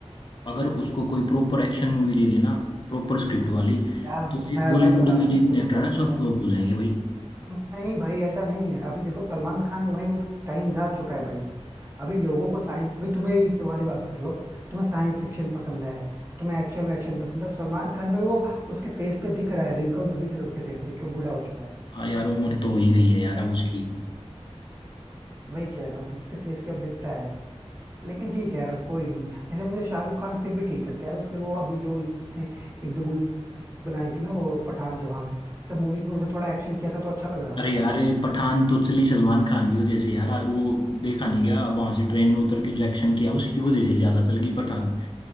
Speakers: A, on the left (about 45°); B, on the right (about 20°).
A: अगर उसको कोई प्रॉपर एक्शन मूवी दे देना प्रॉपर स्क्रिप्ट वाली
B: यार मैं
A: तो बॉलीवुड
B: मैं बता रहा
A: में
B: हूँ
A: जितने
B: सुनो
A: एक्टर
B: क्या है
A: हैं सब
B: पता
A: फ्लॉप
B: है
A: हो जाएंगे भाई
B: नहीं भाई ऐसा नहीं है अभी देखो सलमान खान वो भाई वो टाइम जा चुका है भाई अभी लोगों को साइंस अभी तुम्हें भी तुम्हारी बात कर लो तुम्हें साइंस फिक्शन पसंद है तुम्हें एक्शन वैक्शन पसंद है सलमान खान भाई वो उसके फेस पे दिख रहा है रिंकल्स दिख रहे हैं उसके फेस पे कि वो बूढ़ा हो चुका है
A: हाँ यार उम्र तो हो ही गई है यार अब उसकी
B: वही कह रहा हूँ कि उसके फेस पे अब दिखता है लेकिन ठीक है यार अब कोई नहीं वैसे मुझे शाहरुख खान फिर भी ठीक लगता है यार उसके वो अभी जो उसने एक दो मूवी बनाई थी ना वो पठान जवान सब मूवीज में उसने थोड़ा एक्शन किया था तो अच्छा लग रहा
A: अरे
B: था
A: यार ये पठान तो चली सलमान खान की वजह से यार वो देखा नहीं गया वहां से ट्रेन में उतर के जो एक्शन किया उसकी वजह से ज्यादा चल गई पठान